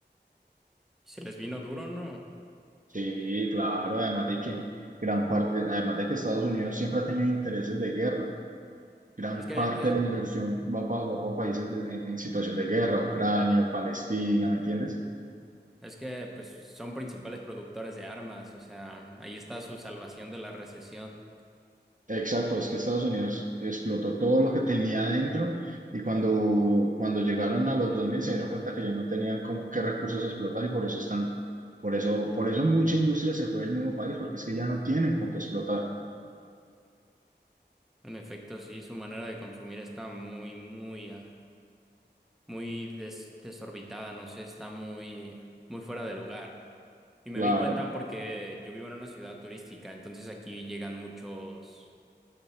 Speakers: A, in the centre; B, on the right.
A: Se les vino duro, ¿no?
B: Sí, claro, además de que gran parte, además de que Estados Unidos siempre ha tenido intereses de guerra. Gran
A: Es que,
B: parte
A: eh,
B: de la inversión va para países de- en, en situación de guerra, Ucrania, Palestina, ¿me entiendes?
A: es que, pues, son principales productores de armas. O sea, ahí está su salvación de la recesión.
B: Exacto, es que Estados Unidos explotó todo lo que tenía adentro y cuando, cuando llegaron a los 2000 se dieron cuenta que ya no tenían como qué recursos explotar y por eso están, por eso, por eso mucha industria se fue del mismo país porque es que ya no tienen con qué explotar.
A: En efecto, sí, su manera de consumir está muy, muy, ah, muy des- desorbitada. No sé, está muy, muy fuera de lugar. Y me
B: Claro,
A: di cuenta porque yo vivo en una ciudad turística, entonces aquí llegan muchos,